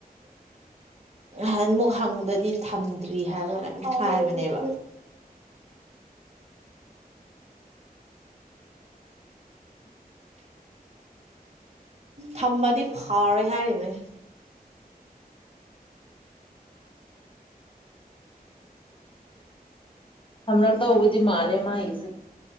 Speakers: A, on the right; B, on the left.
A: ꯅꯍꯥꯟ ꯃꯨꯛ ꯍꯪꯕꯗꯗꯤ ꯊꯝꯗ꯭ꯔꯤ ꯍꯥꯏꯕ ꯀꯩꯅꯣ ꯍꯥꯏꯕꯅꯦꯕ ꯊꯝꯃꯗꯤ ꯐꯥꯎꯔꯣꯏ ꯍꯥꯏꯔꯤꯕꯅꯤ
B: ꯍꯪꯉꯛꯇꯧꯕꯗꯤ ꯃꯥꯜꯂꯦ ꯃꯥꯒꯤꯁꯦ